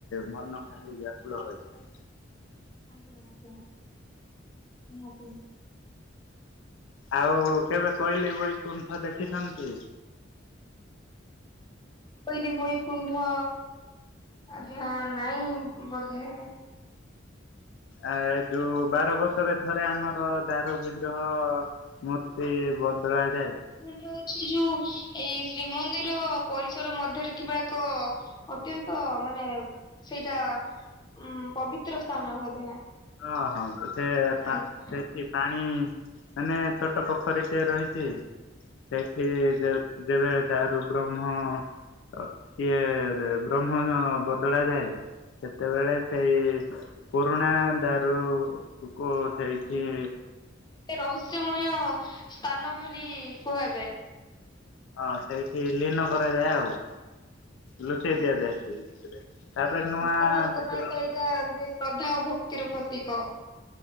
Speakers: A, on the left; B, on the left.
A: ମନ ଏ, ଖାଲି ବ୍ୟାକୁଳ ହୋଇଥାଏ।
B: ଆଜ୍ଞା, ଆଜ୍ଞା ନିହାତି, ନିହାତି।
A: ଆଉ କେବେ କୋଇଲି ବୈକୁଣ୍ଠ ଦେଖିଛନ୍ତି?
B: କୋଇଲି ବୈକୁଣ୍ଠ ଆଜ୍ଞା ନାଇଁ ବୋଧେ।
A: ଆ, ଯୋଉ ବାର ବର୍ଷରେ ଥରେ ଆମର ଦାରୁ ବିଗ୍ରହ ମୂର୍ତ୍ତି ବଦଳା ଯାଏ।
B: ସିଏ ହଉଛି ଯୋଉ ଏଇ ଶ୍ରୀମନ୍ଦିର ପରିସର ମଧ୍ୟରେ ଥିବା ଏକ ଅତ୍ୟନ୍ତ ମାନେ ସେଇଟା ଉଁ, ପବିତ୍ର ସ୍ଥାନ ବୋଧେ।
A: ଅ ହଁ। <unintelligible>
B: ଆଜ୍ଞା।
A: ଯେ ପାଣି ମାନେ ଛୋଟ ପୋଖରୀ ଟିଏ ରହିଚି ସେଇଠି ଯେ ଯେବେ ଦାରୁ ବ୍ରହ୍ମ ଓ ସିଏ ଯେ ବ୍ରହ୍ମ ଯୋ ବଦଳା ଯାଏ। ସେତେବେଳେ ସେଇ ପୁରୁଣା ଦାରୁକୁ ସେଇଠି
B: ଟେ ରହସ୍ୟମୟ ସ୍ଥାନ ବୋଲି କୁହାଯାଏ।
A: ହଁ ସେଇଠି ଲୀନ କରାଯାଏ ଆଉ। ଲୁଚେଇ
B: ଆଜ୍ଞା,
A: ଦିଆଯାଏ ସେଇ ଭିତରେ ତାପରେ ନୂଆ
B: ଭକ୍ତମାନଙ୍କ
A: ବିଗ୍ରହ
B: ପାଇଁ ତ ଏଇଟା ଗୋଟେ ଶ୍ରଦ୍ଧା ଆଉ ଭ କ୍ତିର ପ୍ରତୀକ।